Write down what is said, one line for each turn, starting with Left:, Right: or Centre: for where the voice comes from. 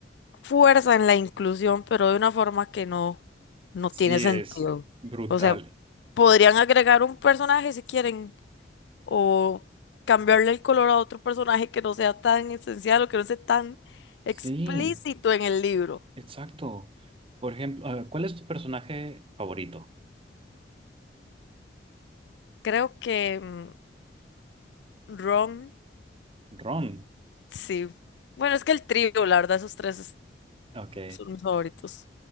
Left: fuerza en la inclusión, pero de una forma que no, no
Right: Sí,
Left: tiene sentido.
Right: es brutal.
Left: O sea, podrían agregar un personaje si quieren, o cambiarle el color a otro personaje que no sea tan esencial o que no sea tan explícito
Right: Sí,
Left: en el libro.
Right: exacto. Por ejemplo, eh, ¿cuál es tu personaje favorito?
Left: Creo que mm, Ron,
Right: Ron.
Left: sí. Bueno, es que el trío, la verdad, esos tres es-
Right: Ok.
Left: son mis favoritos.